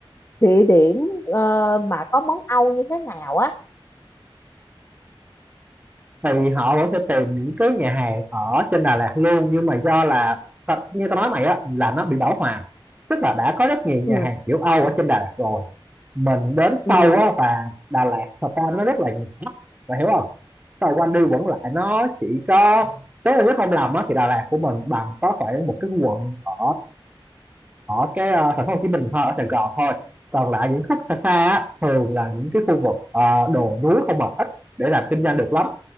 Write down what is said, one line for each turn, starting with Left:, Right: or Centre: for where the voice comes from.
Left: địa điểm ờ, mà có món Âu như thế nào á
Right: thì họ vẫn sẽ tìm những cái nhà hàng ở trên Đà Lạt luôn nhưng mà do là ta- như tao nói mày á là nó bị bão hòa tức là đã có rất nhiều nhà
Left: ừ
Right: hàng kiểu Âu ở trên Đà Lạt rồi mình đến
Left: ừ
Right: sâu á và Đà Lạt thật ra nó rất là nhỏ bạn hiểu không Cầu quanh đi vẫn lại nó chỉ có nếu là nếu không lầm á thì Đà Lạt của mình bằng có khoảng một cái quận ở ở cái ờ, thành phố Hồ Chí Minh thôi ở Sài Gòn thôi còn lại những khúc xa xa á, thường là những cái khu vực ờ, đồi núi không mà ít để làm kinh doanh được lắm